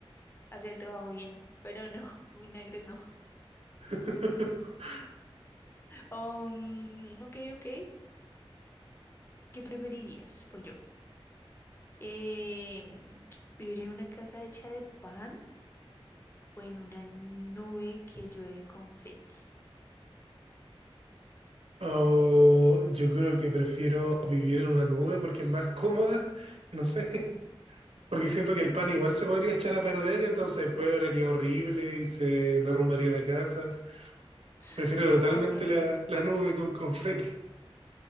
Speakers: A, on the left (about 25°); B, on the right (about 75°).
A: hacer el trabajo bien, pero no, <laughs> vinagre no.
B: <laughs>
A: Um, ok, ok, ¿qué preferirías? Pues yo, em, ¿vivir en una casa hecha de pan o en una nube que llueve confeti? <gasps>
B: O yo creo que prefiero vivir en una nube porque es más cómoda. No sé. Porque siento que el pan igual se podría echar a perder, entonces después olería horrible y se derrumbaría la casa.
A: <laughs>
B: Prefiero totalmente
A: Ok,
B: la, la nube con confeti. <laughs>